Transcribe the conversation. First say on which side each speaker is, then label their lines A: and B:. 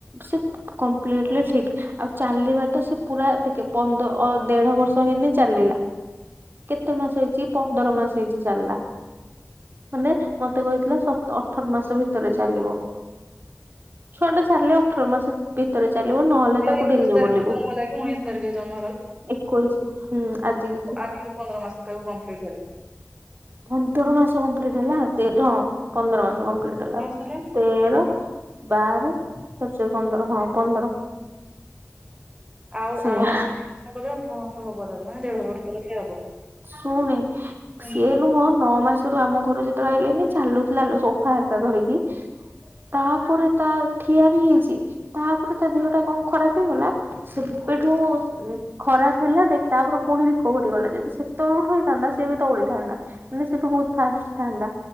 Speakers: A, on the right (about 45°); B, on the right (about 20°).
A: ସେ କମ୍ପ୍ଲିଟଲି ଠିକ୍ ଆଉ ଚାଲିବା ତ ସେ ପୁରା ଟେ ପନ୍ଦର ଦେଢ ବର୍ଷ ହେଇନି ଚାଲିଲା। କେତେ ମାସ ହେଇଛି ପନ୍ଦର ମାସ ହେଇଛି ଚାଲିଲା। ମାନେ ମତେ କହିଥିଲା ସତ- ଅଠର ମାସ ଭିତରେ ଚାଲିବ। ଛୁଆ ଟା ଚାଲିଲେ ଅଠର ମାସ ଭିତରେ ଚାଲିବ ନହେଲେ ତାକୁ
B: ଏକୋଇଶ
A: ଡିଲ
B: ତାରିଖ
A: ବୋଲିବୁ,
B: ଜନ୍ମ ହେଲା କି ଉଣେଇଶ ତାରିଖରେ ଜନ୍ମ
A: ଏକୋଇ ହୁଁ ଆଜି କି
B: ଆଜିିକ ପନ୍ଦର ମାସ ତାକୁ କମ୍ପ୍ଲିଟ୍ ହେଲା।
A: ପନ୍ଦର ମାସ କମ୍ପ୍ଲିଟ ହେଲା? ହଁ ପନ୍ଦର ମାସ କମ୍ପ୍ଲିଟ ହେଲା
B: ମାସ ହେଲାଣି
A: ତେର ବାର ତାରଶ ପନ୍ଦର ହଁ ପନ୍ଦର
B: ଆଉ
A: ସେଇଆ
B: ଆଉ ତିନି ଅଠର ମାସ ହବ ତାକୁ ମାନେ ଦେଢ ବର୍ଷର ସେ ହବ।
A: ଶୁଣୁ
B: ହୁଁ।
A: ସିଏ ନୁହଁ ନଅ ମାସରୁ ଆମ ଘର ଯେତେବେଳେ ଆଇିଲନି ଚାଲୁଥିଲା ସୋଫା ହରକା ଧରିକି ତାପରେ ତା ଠିଆ ବି ହେଇଛି, ତାପରେ ତା ଦେହ ଟା କଣ ଖରାପ ହେଇଗଲା। ସେବେଠୁ ଖରାପ ହେଲା ଦେଖ ତାପରେ ପୁଣି ରିକଭରି ଗଲା ଯଦି ସେତେବେଳେ ଉଠୁ ହେଇଥାନ୍ତା ସେ ଏବେ ଦେଇ ଥାନ୍ତା। ମାନେ ସେ ବି ବୋହୁତ୍ ଫାଷ୍ଟ ଥାନ୍ତା